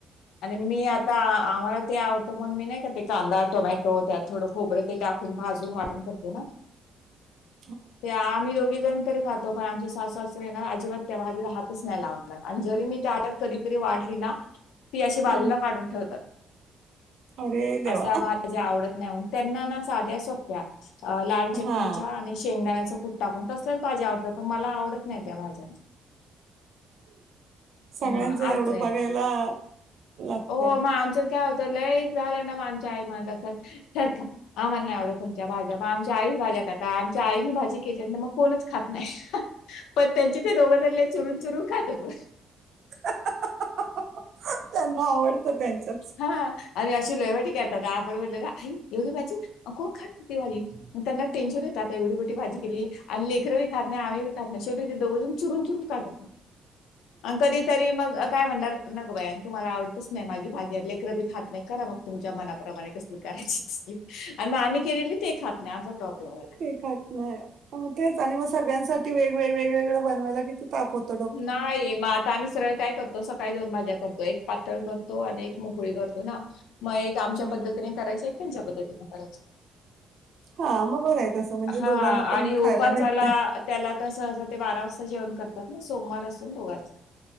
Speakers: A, on the left (about 85°); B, on the right (about 65°).
A: आणि मी आता आम्हाला ते आवडतं म्हणून मी नाही का ते कांदा, टोमॅटो, त्यात थोडं खोबरं ते टाकून भाजून वाटून करते ना?
B: <inaudible>
A: ते आम्ही दोघी जण तरी खातो पण आमचे सासू सासरे ना अजिबात ते भाजीला हात तच नाही लावणार आणि जरी मी ताटात कधीतरी वाढली ना ती अशी
B: हम्म
A: बाजूला काढून ठेवतात
B: अरे देवा
A: असल्या भाज्या आवडत नाय म्हणून त्यांना ना साध्या सोप्या अ लाल चटणीच्या
B: हा
A: आणि शेंगदाण्याचं कुट टाकून तसल्याचं भाज्या आवडतात. पण मला आवडत नाय त्या भाज्यां
B: सगळ्यांचं
A: म
B: एवढं
A: असंय
B: बघायला लागतंय
A: हो मग आमच्यात काय होतं लय झालं ना मग आमच्या आई म्हणत असतात सरका आम्हाला नाय आवडत तुमच्या भाज्या मग आमच्या आईच भाज्या खात आमच्या आईनी भाजी केलींत मग कोणच खात नाय पण त्यांचे ते दोघंजण लय चुरून चुरून खातात
B: <inaudible> त्यांना आवडतं त्यांच्याच
A: हा आणि अशी लयमटी करतात आपण म्हटलं का आई एवढी भाजी? कोण खाणारय ती भाजी?
B: हो
A: त्यांना टेन्शन येत आता एवढी मोठी भाजी केली आणि लेकरं बी खात नाय आम्ही बी खात नाय शेवटी ते दोघेजणं चुरून चुरून खात
B: ह <inaudible>
A: आण कधीतरी मग काय म्हणणार नगं बाई आणि तुम्हाला आवडतच नाही माझी भाजी ले कर बी खात नाही करा मग तुमच्या मनाप्रमाणे कसली करायची तसली आणि मग आम्ही केलेली ते खात नाय असा प्रॉब्लेम होयला
B: ते खात नाय मग तेच आणि मग सगळ्यांसाठी वेगवेग वेगवेगळं बनवायला किती ताप होत
A: नायी म तर आम्ही सरळ काय करतो सकाळी दोन भाज्या करतो एक पातळ करतो. आणि एक मोकळी करतो ना मग एक आमच्या
B: हम्म.
A: पद्धतीने करायची एक त्यांच्या पद्धतीने करायची
B: हा मग बरं आहे तसं म्हणजे
A: हा
B: दोघांना पण
A: आणि
B: खायला
A: ओपाचाला
B: भेटतय.
A: त्याला आता सहसा ते बारा वाजता जेवण करतात ना सोमवार असून दोघांच